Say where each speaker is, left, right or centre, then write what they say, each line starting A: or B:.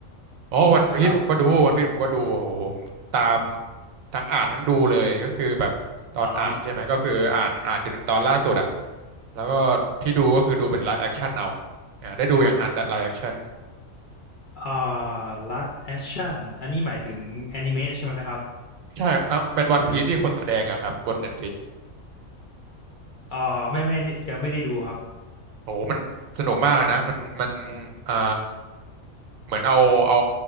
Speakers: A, on the right; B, on the left.
A: อ๋อวันพีชผมก็ดูวันพีชผมก็ดูโหผมตาม
B: ครับ
A: ทั้งอ่านทั้งดูเลยก็คือแบบตอนอ่านใช่ไหมก็คืออ่านอ่านจนถึงตอนล่าสุดอะ
B: อ๋อ
A: แล้วก็ที่ดูก็คือดูเป็นไลฟ์แอคชั่นเอาอ่าได้ดูอย่างฮะไลฟ์แอคชั่น
B: อ่าลักแอคชั่นอันนี้หมายถึงแอนิเมะใช่ไหมครับ
A: ใช่ครับอ่ะเป็นวันพีชที่คนแสดงอะครับบน
B: หรือ
A: Netflix
B: อ่าไม่ไม่ได้ยังไม่ได้ดูครับ
A: โอ้โหมันสนุกมากเลยนะมันมันอ่าเหมือนเอาเอา